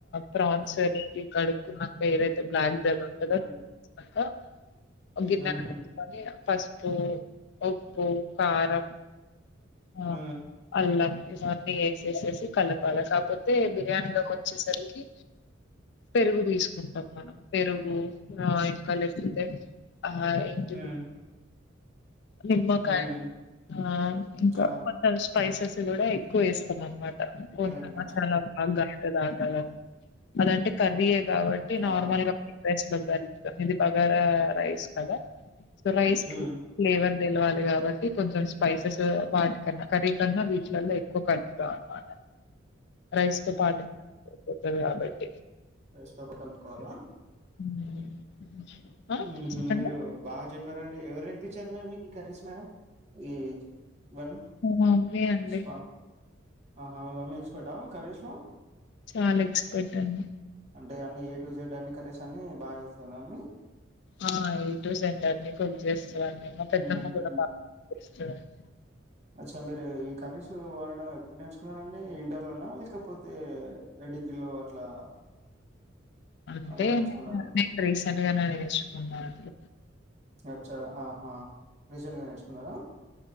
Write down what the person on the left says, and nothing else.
ప్రాన్స్
నీటు గా కడుకుని క ఏదైతే బ్లాక్ <unintelligible>
గిన్నైపెట్టుకొని
పసుపు ఉప్పు కారం ఆ
అల్లం ఇవన్నీ వేసేసేసి కలపాలి కాకపోతే బిర్యానీ లోకి వచ్చే సరికి పెరుగు తీసుకుంటాం మనం పెరుగు ఆ ఇంకా లేకపోతే ఆ ఇంట
నిమ్మకాయ
ఆ ఇంకా
త స్పైసెస్ కూడా ఎక్కువ వేస్తాం అన్న మాట
చాలా బావుందట అధింటే కర్రీ కాబట్టి నార్మల్
గా <unintelligible> బగారా రైస్ కదా రైస్
ఫ్లేవర్ తెలవాలి కాబట్టి కొంచెం స్పైసెస్ వాటికన్నా కర్రీ కన్నా వీటిలల్లో ఎక్కువ కలుపుతాం అన్నమాట రైస్ తో పాటు తుంది కాబట్టి
హ్మ్. ఆ
చెప్పండి
మా మమ్మీ అండి
చాలా ఎక్స్పర్ట్ అండి
ఆ ఏ టు జెడ్ అండి కుక్ చేస్ తదండి మా పెద్దమ్మ
కూడ బా చేస్తదండి
అంటే
నేను, నేను రీసెంట్ గనే నేర్చుకున్నాను.